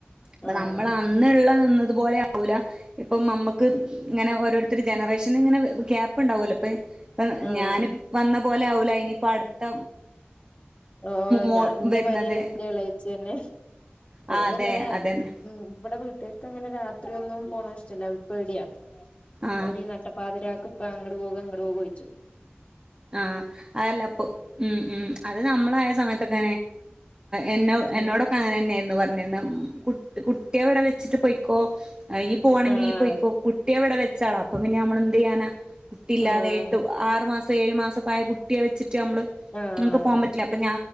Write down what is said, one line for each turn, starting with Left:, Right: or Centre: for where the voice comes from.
Right: അപ്പ
Left: ആഹ്
Right: നമ്മൾ അന് ഉള്ള നിന്നതു പോലെ ആവൂല ഇപ്പൊ നമ്മുക്ക് ഇങ്ങനെ ഓരോരുത്തരു ജനറേഷന് ഇങ്ങനെ ഗ്യാപ്പ് ഉണ്ടാവല്ലോ ഇപ്പൊ ഇ
Left: ആഹ്
Right: ഞൻ വന്ന പോലെ ആവുല ഇനിയിപ്പ അടുത്ത
Left: ഓ
Right: മോ
Left: ഞാൻ എന്റെ
Right: വരുന്നത്
Left: മരിയല്ല എന്റെളേച്ചി തന്നെ
Right: ആ
Left: ഓള
Right: അതെ
Left: ഇങ്ങനെ
Right: അതന്നെ
Left: ഉ ഇവിടെ വീട്കാർക്ക് അങ്ങനെ രാത്രി ഒന്നും പോണ ഇഷ്ടല്ല പേടിയാ
Right: ആ
Left: തി നഷപ്പാതിരാക്ക ഇപ്പ അങ്ങ് പോകും അങ്ങ് പോക ചഴിച്ചു
Right: ആഹ അതല്ല അപ്പൊ ഉം ഉ അത് നമ്മളയ സമയത്തൊക്കെ എന്ന
Left: ഉം
Right: എന്നോട അങ്ങനെ തന്നെയായിരുന്നു പറഞ്ഞിര കു കുട്ടിയെ അവിടെ വെച്ചിട്ട് പോയിക്കോ പോകവാണെങ്കിൽ
Left: ആഹ്
Right: പോയിക്കോ കുട്ടിയെ എവിടെ വെച്ചള അപ്പൊ പിന്നെ നമ്മള എന്ത് ചെയ്യാനാ കുട്ടിയില്ലാതെ
Left: ആഹ്
Right: എട്ട് ആറു മാസം ഏഴു മാസമ ഒക്കെ ആയ കുട്ടിയെ വെച്ചിട്ട് നമ്മള്
Left: ആഹ്
Right: നമുക്ക് പോകാൻ പറ്റില്ല അപ്പൊ